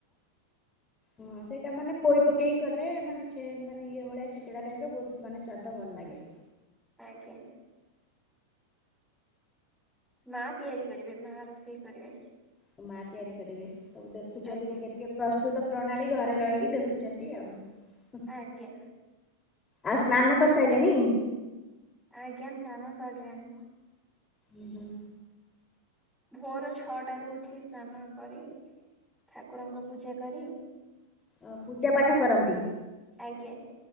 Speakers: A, on the left (about 20°); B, in the centre.
A: ହଁ ସେଇଟା ମାନେ ପୋଇ ପକେଇକି କଲେ ମାନେ ଛେମ୍ ମାନେ ଇ ଇଏ ଭଳିଆ ଛେଚେଡ଼ା ଟାଇପ୍ ର ବହୁତ ମାନେ ସ୍ଵାଦ ଭଲ ଲାଗେ।
B: ଆଜ୍ଞା। ମା ତିଆରି କରିବେ। ମା ରୋଷେଇ କରିବେ।
A: ତମ ମା ତିଆରି କରିବେ। ସବୁ ଦେଖୁଛନ୍ତି
B: ଆଜ୍ଞା
A: ଟିକେ ଟିକେ। ପ୍ରସ୍ତୁତ ପ୍ରଣାଳୀ ଘରେ ରହିକି ଦେଖୁଛନ୍ତି ଆଉ।
B: ଆଜ୍ଞା।
A: ଆଉ ସ୍ନାନ କରିସାରିଲେଣି?
B: ଆଜ୍ଞା, ସ୍ନାନ ସରିଲାଣି।
A: ଉଁ, ହୁଁ।
B: ଭୋର ଛଅଟା ରୁ ଉଠି ସ୍ନାନ କରି ଠାକୁରଙ୍କୁ ପୂଜା କରି
A: ଅ ପୂଜା ପାଠ କରନ୍ତି?
B: ଆଜ୍ଞା।